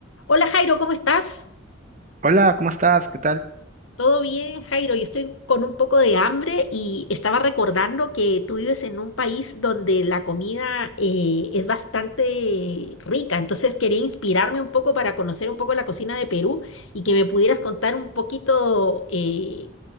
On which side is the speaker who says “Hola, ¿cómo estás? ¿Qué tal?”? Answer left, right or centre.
Right